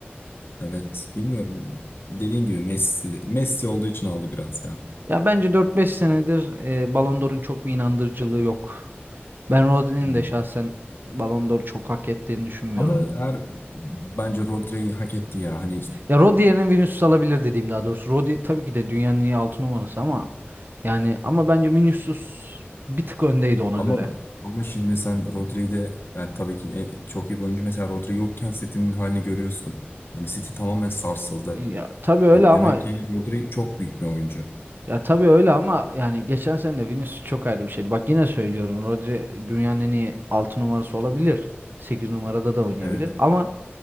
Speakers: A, on the left; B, on the right.
A: Evet, bilmiyorum. Dediğin gibi Messi Messi olduğu için aldı biraz ya.
B: Ya bence dört beş senedir e, Ballon d'Or'un çok bir inandırıcılığı yok. Ben Rodri'nin
A: Hmm.
B: de şahsen Ballon d'Or çok hak ettiğini düşünmüyorum.
A: Ama eğer bence Rodri'yi hak etti ya. Hani
B: Ya Rodri yerine Vinicius alabilir dediğim daha doğrusu. Rodri tabii ki de dünyanın en iyi 6 numarası ama yani ama bence Vinicius bir tık öndeydi ona
A: ama
B: göre.
A: ama şimdi sen Rodri'yi de yani tabii ki e, çok iyi bir oyuncu. Mesela Rodri yokken City'nin halini görüyorsun. Hani City tamamen sarsıldı.
B: Ya tabii öyle
A: Hani
B: ama
A: demek ki Rodri çok büyük bir oyuncu.
B: Ya tabii öyle ama yani geçen sene de Vinicius çok ayrı bir şeydi. Bak yine söylüyorum Rodri dünyanın en iyi 6 numarası olabilir. 8 numarada da oynayabilir
A: Evet.
B: ama